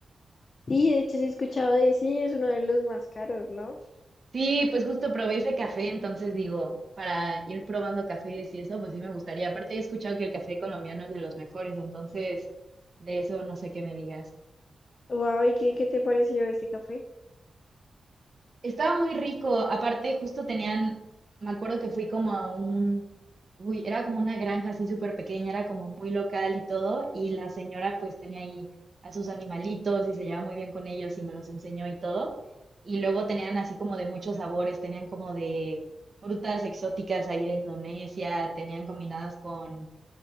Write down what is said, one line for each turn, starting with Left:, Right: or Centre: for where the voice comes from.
Left: Sí, de hecho, sí he escuchado de sí, es uno de los más caros, ¿no?
Right: Sí, pues justo probé ese café, entonces digo, para ir probando cafés y eso, pues sí me gustaría. Aparte, he escuchado que el café colombiano es de los mejores, entonces de eso no sé qué me digas.
Left: Wow, ¿y qué, qué te pareció ese café?
Right: Estaba muy rico. Aparte, justo tenían, me acuerdo que fui como a un, uy, era como una granja así súper pequeña, era como muy local y todo. Y la señora pues tenía ahí a sus animalitos y se llevaba muy bien con ellos y me los enseñó y todo. Y luego tenían así como de muchos sabores, tenían como de frutas exóticas ahí de Indonesia, tenían combinadas con